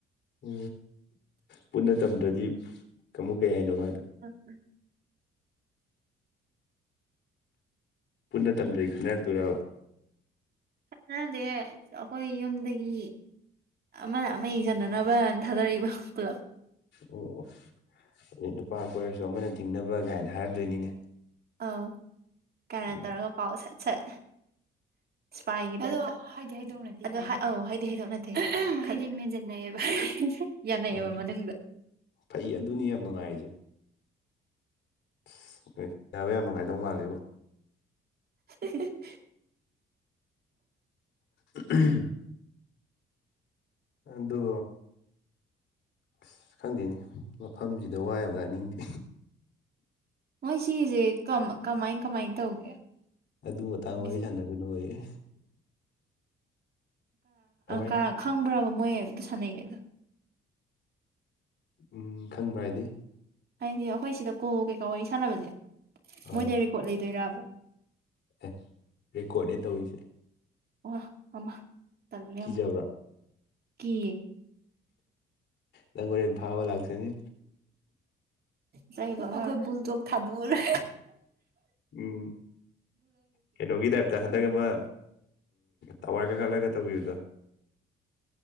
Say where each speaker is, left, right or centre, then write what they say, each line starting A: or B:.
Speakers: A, on the left; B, on the right.
A: ꯎ ꯄꯨꯟꯅ ꯇꯝꯗ꯭ꯔꯗꯤ ꯀꯃꯨ ꯀꯩ ꯍꯥꯏꯅꯣ ꯃꯥꯗꯣ
B: ꯎꯝ꯫
A: ꯄꯨꯟꯅ ꯇꯝꯗ꯭ꯔꯩ ꯈꯟꯅꯔꯛꯇꯣꯏꯔꯕ꯫
B: ꯅꯗꯤ ꯑꯩꯈꯣꯏ ꯌꯨꯝꯗꯒꯤ ꯑꯃꯅ ꯑꯃ ꯌꯦꯡꯁꯤꯅ ꯅꯕ ꯑꯙꯥꯗꯔꯕ ꯄꯨꯂꯞ
A: ꯑꯣ ꯑꯣ ꯑꯗꯨꯗꯩ ꯅꯨꯄꯥꯀ ꯑꯣꯏꯔꯁꯨ ꯑꯃꯅ ꯊꯤꯡꯅꯕ ꯀꯥꯏꯅ ꯍꯥꯏꯔꯝꯗꯣꯏꯅꯤꯅꯦ
B: ꯑꯧ ꯀꯔꯟ
A: ꯎꯝ
B: ꯇꯧꯔꯒ ꯄꯥꯎ ꯁꯠ ꯁꯠ ꯢꯁꯄꯥꯏ <inaudible> ꯍꯥꯏꯗꯤ ꯍꯥꯏꯗꯣꯛꯅꯗꯦ ꯑꯗꯣ ꯑꯧ ꯍꯥꯏꯗꯤ ꯍꯥꯏꯗꯣꯛꯅꯗꯦ ꯍꯥꯏꯗꯤ ꯃꯦꯟꯁꯤꯟꯅꯩꯑꯕ ꯌꯥꯅꯦꯕ
A: ꯑꯣꯀꯦ
B: ꯃꯊꯗ
A: ꯐꯩ ꯑꯗꯨꯅꯤ ꯌꯥꯝ ꯅꯨꯡꯉꯥꯏꯔꯤꯁꯦ ꯁꯤꯁ ꯇꯥꯕ ꯌꯥꯝ ꯅꯨꯡꯉꯥꯏꯗꯧ ꯃꯥꯜꯂꯤꯕꯣ꯫
B: <unintelligible>
A: <unintelligible> ꯑꯗꯨ ꯑꯁ ꯈꯪꯗꯦꯅꯦ ꯃꯐꯝꯁꯤꯗ ꯋꯥ ꯌꯥꯝ ꯉꯥꯡꯅꯤꯡꯗꯦ
B: ꯃꯣꯏ ꯁꯖꯦ ꯀꯝ ꯀꯃꯥꯏ ꯀꯃꯥꯏ ꯇꯧꯒꯦ꯫
A: ꯑꯗꯨ ꯃꯇꯥꯡ ꯋꯥꯔꯤ
B: ꯒꯤꯁꯦ
A: ꯁꯥꯟꯅꯒꯅꯨ ꯑꯣꯏꯌꯦ꯫ ꯀꯃꯥꯏ
B: ꯀ ꯈꯪꯕ꯭ꯔꯕ ꯃꯣꯏ ꯑꯗꯨꯗꯤ ꯁꯥꯟꯅꯩꯌꯦ ꯑꯗꯣ
A: ꯎꯝ ꯈꯪꯕ꯭ꯔ ꯍꯥꯏꯗꯤ
B: ꯍꯥꯏꯗꯤ ꯑꯈꯣꯏ ꯁꯤꯗ ꯀꯣ ꯀꯩꯀꯥ ꯋꯥꯔꯤ ꯁꯥꯟꯅꯕꯁꯦ
A: ꯑꯥꯎ
B: ꯃꯣꯏꯗ ꯔꯦꯀꯣꯔꯠ ꯂꯩꯗꯣꯏꯔꯕ꯫
A: ꯑꯦ ꯔꯦꯀꯣꯔꯠꯅꯦ ꯇꯧꯔꯤꯁꯦ
B: ꯋꯥ ꯃꯃ ꯇꯟꯃꯦꯅ
A: ꯀꯤꯖꯕ꯭ꯔꯥ
B: ꯀꯤ
A: ꯅꯈ ꯐꯥꯎ ꯂꯥꯛꯁꯅꯤ
B: ꯆꯥꯏꯅꯣ ꯑꯩꯈꯣꯏ ꯕꯨꯜꯗꯣꯛ ꯊꯗꯣꯛꯑꯂꯣꯏꯔꯦ꯫
A: ꯎꯝ ꯀꯩꯅꯣꯒꯤꯗ꯭ꯌꯥꯢꯞ ꯑ ꯍꯟꯗꯛ ꯑꯃ ꯇꯥꯋꯥꯔꯒ ꯈꯠꯂꯒ ꯇꯧꯕꯤꯕꯗꯣ